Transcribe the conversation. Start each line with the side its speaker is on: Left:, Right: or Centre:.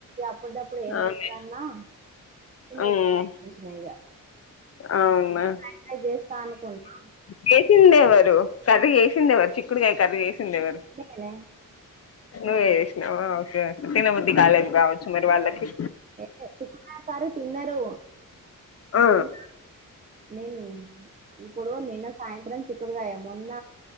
Right: అప్పుడిదప్పుడు ఏమవుతుంద
Left: అవును
Right: అన్న
Left: ఉమ్
Right: ఎగ్ రైస్ చేసిన ఇగ
Left: అవునా
Right: ఎగ్
Left: <inaudible>
Right: ఫ్రైడ్ రైస్ చేస్తా అనుకున్నా
Left: చ్చంది ఎవరు కర్రీ చేసింది ఎవరు చిక్కుడుకాయ కర్రీ చేసింది ఎవరు
Right: నేనే
Left: నువ్వే చేసినవా ఒకే తినబుద్ధి కాలేదు కావచ్చు మరి వాళ్ళకి
Right: చిక్కుడుకాయ కర్రీ తిన్నారు మొన్న
Left: ఆ
Right: నేను ఇప్పుడు నిన్న సాయంత్రం చిక్కుడుకాయ మొన్న